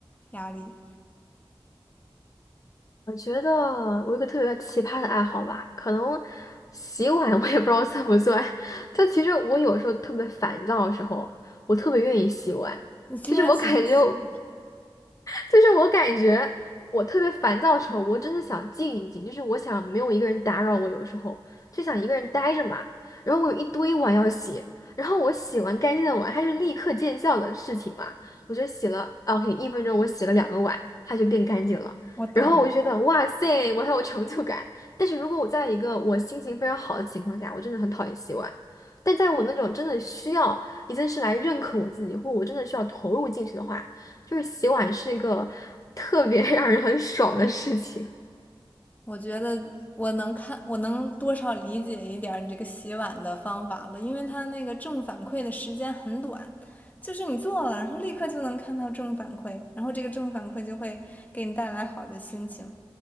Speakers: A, on the left (about 20°); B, on the left (about 40°).
A: 压力。
B: 我觉得我有一个特别奇葩的爱好吧，可能洗碗 <laughs> 我也不知道算不算。<laughs> 就其实我有时候特别烦躁的时候，我特别愿意洗碗。
A: 你居然喜欢洗碗，
B: 就是我感觉就是我感觉我特别烦躁的时候，我真的想静一静，就是我想没有一个人打扰我，有时候就想一个人待着嘛。然后我有一堆碗要洗，然后我洗完干净的碗，它是立刻见效的事情嘛。我就洗了啊，OK，一分钟我洗了两个碗，它就变干净了。
A: 我懂了
B: 然后我就觉得哇塞，我很有成就感。但是如果我在一个我心情非常好的情况下，我真的很讨厌洗碗。但在我那种真的需要一件事来认可我自己，或我真的需要投入进去的话。就是洗碗是一个特别 <laughs> 让人很爽的事情。
A: 我觉得我能看，我能多少理解一点儿你这个洗碗的方法了，因为它那个正反馈的时间很短，就是你做了，然后立刻就能看到正反馈，然后这个正反馈就会给你带来好的心情。